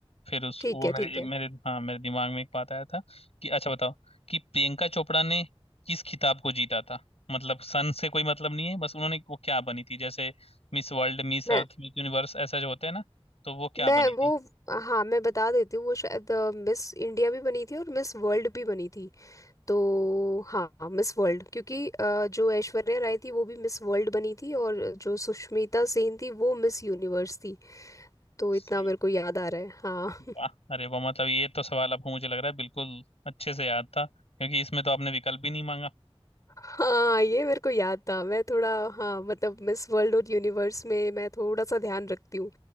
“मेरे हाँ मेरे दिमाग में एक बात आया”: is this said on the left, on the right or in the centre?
Left